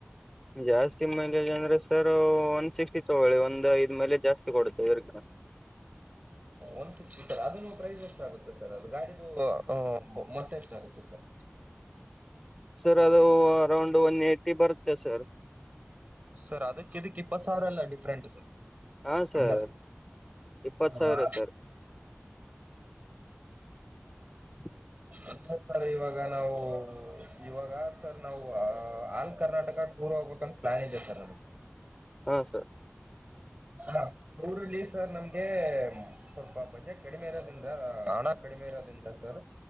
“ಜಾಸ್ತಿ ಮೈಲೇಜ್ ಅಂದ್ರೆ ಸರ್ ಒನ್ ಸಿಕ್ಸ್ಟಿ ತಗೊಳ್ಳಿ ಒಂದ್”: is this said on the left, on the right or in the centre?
Centre